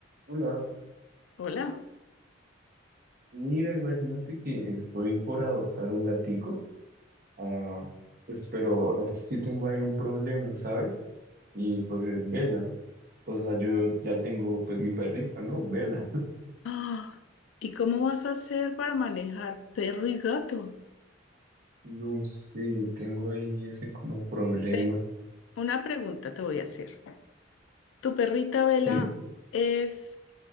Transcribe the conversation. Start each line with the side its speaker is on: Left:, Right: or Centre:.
Right: Hola,
Left: Hola.
Right: mira, imagínate que estoy por adoptar un gatico, ah, pues, pero es que tengo ahí un problema, ¿sabes? Y pues es Vela, o sea, yo ya tengo pues mi perrita, ¿no? Vela. <laughs>
Left: Ah, ¿y cómo vas a hacer para manejar perro y gato?
Right: No sé, tengo ahí ese como problema,
Left: Ven, una pregunta te voy a hacer. ¿Tu perrita Vela
Right: ¿sí?
Left: es